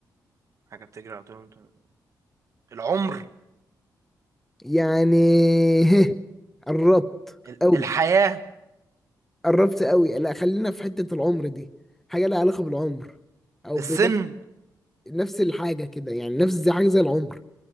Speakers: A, on the right; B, in the centre.
A: حاجة بتجري على طول ما تقف- العمر
B: يعني <laughs> هه قربت
A: ال-
B: قوي
A: الحياة
B: قربت قوي لا خلينا في حتة العمر دي حاجة لها علاقة بالعمر او
A: السن
B: بنفس نفس الحاجة كده يعني نفس زي حاجة زي العمر